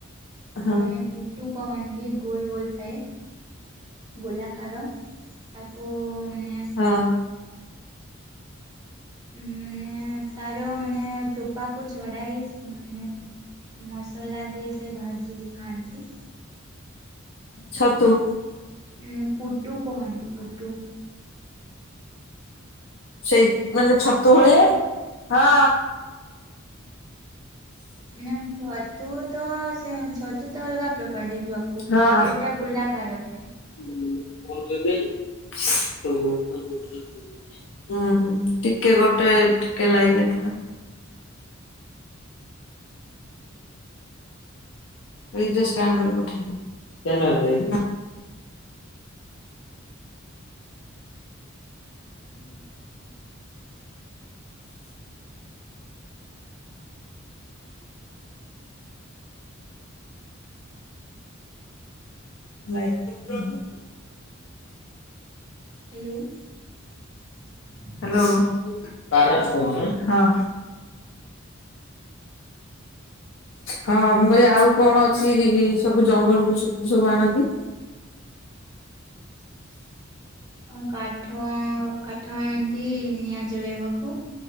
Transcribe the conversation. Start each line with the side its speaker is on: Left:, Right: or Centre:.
Left: ହଁ।
Right: ମାନେ ପୁଟୁ କହନ୍ତି, ଗୋଲ ଗୋଲ ଥାଏ। ଗୋଲାକାର, ତାକୁ ମାନେ
Left: ହଁ ଅଁ
Right: ଉ ମାନେ ତାର ମାନେ ଟୋପାକୁ ଛଡ଼ାଇ, ମାନେ ମସଲା ଦେଇ କି ଭାଜିକି ଖାଆନ୍ତି।
Left: ଛତୁ
Right: ଉଁ, ପୁଟୁ କୁହନ୍ତି ପୁଟୁ
Left: ସେଇ ମାନେ ଛତୁ ଭଳିଆ, ହଁ।
Right: ନା ଛତୁ ତ ସେ ଛତୁ ତ ଅଲଗା ପ୍ରକାର ଦେଖିବାକୁ।
Left: ହଁ।
Right: ଏଇଟା ଗୋଲାକାର ଥାଏ।
Left: <unintelligible> ହୁଁ, ହୁଁ, ଟିକେ ଗୋଟେ, ଟିକେ ଲାଇନରେ ଥା। ଏଇ ଜଷ୍ଟ ସ୍କାନ କରିକି ପଠେଇଲି।
Right: <unintelligible> <inaudible> ହୁଁ।
Left: ଲାଇ <unintelligible>
Right: ହାଲୋ। <inaudible>
Left: ହାଲୋ ହଁ। ହଁ ମୁଁ କହିଲି ଆଉ କଣ ଅଛି ସବୁ ଜଙ୍ଗଲରୁ ସେପଟୁ ସବୁ ଆଣନ୍ତି?
Right: <inaudible> ହଁ କାଠ ଆଉ କାଠ ଆଣନ୍ତି ନିଆଁ ଜଳେଇବାକୁ।